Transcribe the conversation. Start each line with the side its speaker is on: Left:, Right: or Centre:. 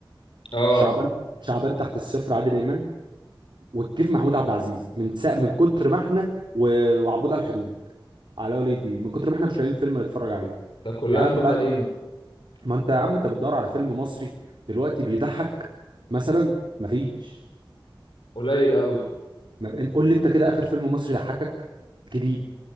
Left: آه
Right: شعبان شعبان تحت الصفر عادل امام والكيف محمود عبد العزيز من سا من كتر ما احنا و- وعبود على الحدود على ولي الدين من كتر ما احنا مش لاقيين فيلم نتفرج عليه
Left: ده كلها
Right: يعني
Left: أفلام
Right: انا ببقى
Left: قديمة
Right: ما انت يا عم انت بتدور على فيلم مصري دلوقتي بيضحك مثلا مفيش
Left: قليل أوي
Right: ما ب... قول لي انت كده اخر فيلم مصري ضحكك جديد